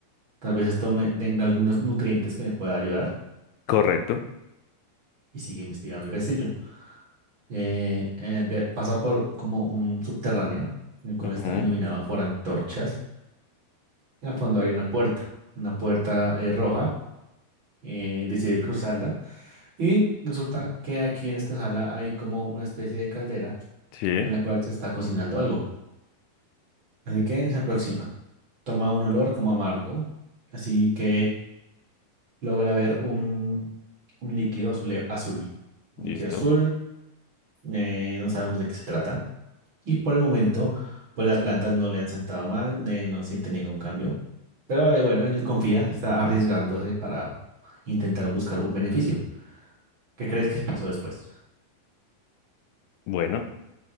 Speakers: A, on the right (about 35°); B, on the left (about 80°).
A: Tal vez esto me tenga algunos nutrientes que me pueda ayudar.
B: Correcto.
A: Y sigue investigando el castillo. Eh, eh, ve- pasa por como un subterráneo, en el cual
B: ujú,
A: está iluminado por antorchas. Y al fondo hay una puerta, una puerta eh, roja. Eh, decide cruzarla. Y resulta que aquí en esta sala hay como una especie de caldera
B: Sí,
A: en la cual se está cocinando algo. Así que se aproxima. toma un olor como amargo, así que logra ver un, un líquido azule- azul. Un
B: listo.
A: líquido azul, eh, no sabemos de qué se trata. Y por el momento, pues las plantas no le han sentado mal, eh, no siente ningún cambio. Pero eh, bueno, él confía, está arriesgándose para intentar buscar un beneficio. ¿Qué crees que pasó después?
B: Bueno,